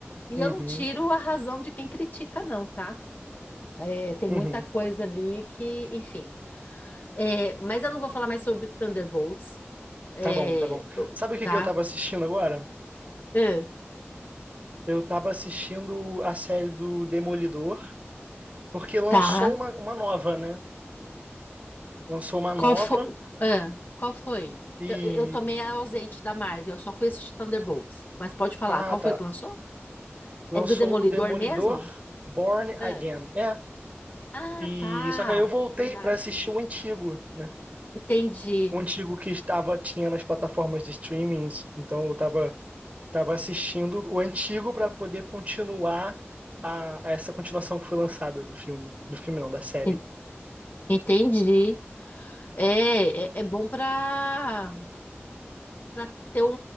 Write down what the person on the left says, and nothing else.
e
eu não tiro a razão de quem critica, não, tá? É, tem
muita coisa ali que, enfim. É, mas eu não vou falar mais sobre Thunderbolts, é,
eu-
tá?
Ah,
Tá.
Qual foi? qual foi?
eu, eu tomei a ausente da Marvel, eu só fui assistir Thunderbolts. Mas pode falar,
qual
foi que lançou?
É do Demolidor
mesmo?
Ah,
Ah,
tá.
Verdade.
Entendi.
En- Entendi. É, é, é bom para para ter um,